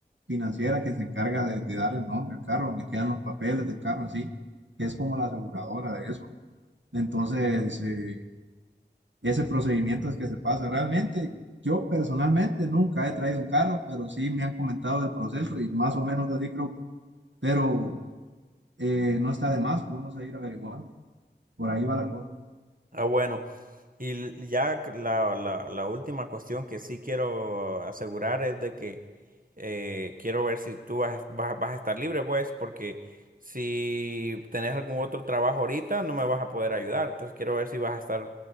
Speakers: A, on the right; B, on the right.
A: financiera que se encarga de, de dar el nombre al carro, donde quedan los papeles del carro en sí, que es como la aseguradora de eso. Entonces, eh, ese procedimiento es que se pasa. Realmente, yo personalmente nunca he traído un carro, pero sí me han comentado del proceso y más o menos así creo que. Pero eh, no está de más, vamos a ir averiguando. Por ahí va la cosa.
B: Ah, bueno. Y ya la, la- la última cuestión que sí quiero asegurar es de que eh, quiero ver si tú vas, vas- vas a estar libre, pues, porque si tenés algún otro trabajo ahorita, no me vas a poder ayudar. Entonces quiero ver si vas a estar